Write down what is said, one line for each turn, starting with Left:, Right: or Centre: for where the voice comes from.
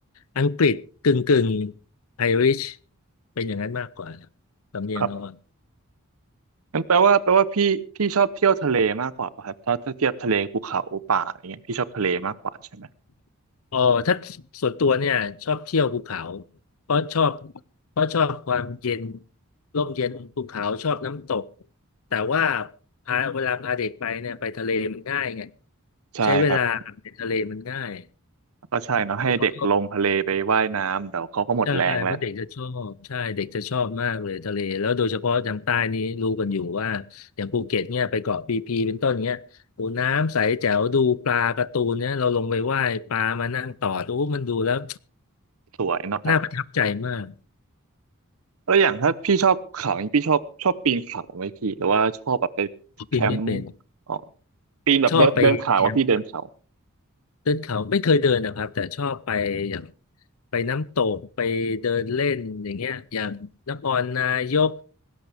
Left: อังกฤษกึ่งกึ่งไอริชเป็นอย่างนั้นมากกว่านะสำเนียงเขาอะ
Right: ครับงั้นแปลว่าแปลว่าพี่พี่ชอบเที่ยวทะเลมากกว่าป่ะครับถ้าถ้าเทียบทะเลภูเขาป่าอะไรเงี้ยพี่ชอบทะเลมากกว่าใช่ไหม
Left: อ๋อถ้าส่วนตัวเนี่ยชอบเที่ยวภูเขาเพราะชอบเพราะชอบความเย็นร่มเย็นภูเขาชอบน้ำตกแต่ว่าพาเวลาพาเด็กไปเนี่ยไปทะเลมันง่ายไง
Right: ใช่ครับ
Left: ใช้เวลาในทะเลมันง่าย
Right: ก็ใช่เนาะให้เด็กลงทะเลไปว่ายน้ำเดี๋ยวเขาก็หมดแรงแล้ว
Left: แล้วก็ ใช่เพราะเด็กจะชอบใช่เด็กจะชอบมากเลยทะเลแล้วโดยเฉพาะทางใต้นี้รู้กันอยู่ว่าอย่างภูเก็ตเนี่ยไปเกาะพีพีเป็นต้นเนี้ยโอ้น้ำใสแจ๋วดูปลาการ์ตูนเนี่ยเราลงไปว่ายปลามานั่งตอดโอ้มันดูแล้ว
Right: สวยเนาะครับ
Left: <tsk> น่าประทับใจมาก
Right: แล้วอย่างถ้าพี่ชอบเขาอย่างนี้พี่ชอบชอบปีนเขาไหมพี่หรือว่าชอบแบบไปแคมป์
Left: ปินไม่เป็น
Right: อ๋อปีนแบบเดินเดินเขาอะพี่เดินเขา
Left: ชอบไปแคมป์เดินเขาไม่เคยเดินนะครับแต่ชอบไปอย่างไปน้ำตกไปเดินเล่นอย่างเงี้ยอย่างนครนายก